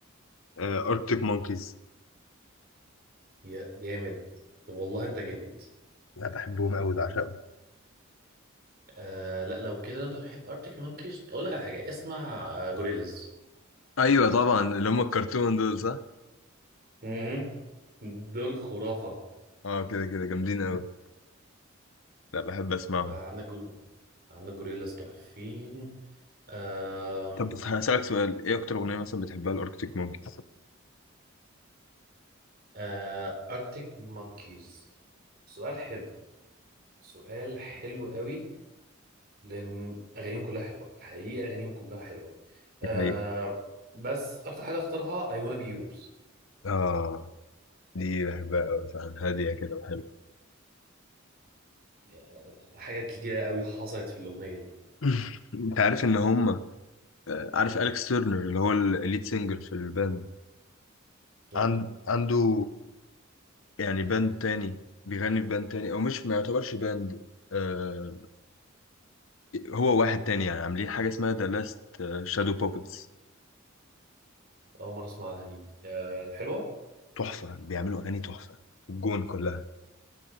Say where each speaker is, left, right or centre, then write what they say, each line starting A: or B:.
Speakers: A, on the left; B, on the right.
A: أركتيك مونكيز
B: يا جامد طب والله انت جامد
A: أنا بحبهم أوي بعشقهم
B: آه لا لو كده لو انت بتحب ارتك مانكيز اقول لك على حاجة اسمع آه جوريلاز
A: أيوة طبعا اللي هم الكرتون دول صح؟
B: مهم. دول خرافة
A: اه كده كده جامدين أوي لا بحب أسمعهم
B: عندك جو... عندك جوريلاز تحفين آم،
A: طب بس هسألك سؤال إيه أكتر أغنية مثلا بتحبها الأركتيك مونكيز؟
B: آه ارتك مانكيز سؤال حلو سؤال حلو قوي لان اغانيهم كلها حلوه حقيقه اغانيهم كلها حلوه آه
A: يعني
B: بس اكتر حاجه اختارها I wanna be yours
A: آه دي بحبها أوي فعلا هادية كده وحلوة
B: آه، حاجات كتيره قوي حصلت في الاغنيه دي
A: <laughs> أنت عارف إن هم آه، عارف أليكس تيرنر اللي هو الليد سينجر في الباند
B: اه
A: عن... عنده يعني باند تاني بيغني في باند تاني او مش ما يعتبرش باند آه هو واحد تاني يعني عاملين حاجه اسمها ذا لاست شادو بوبتس
B: اول مره اسمعها دي آه حلوه
A: تحفه بيعملوا اغاني تحفه الجون كلها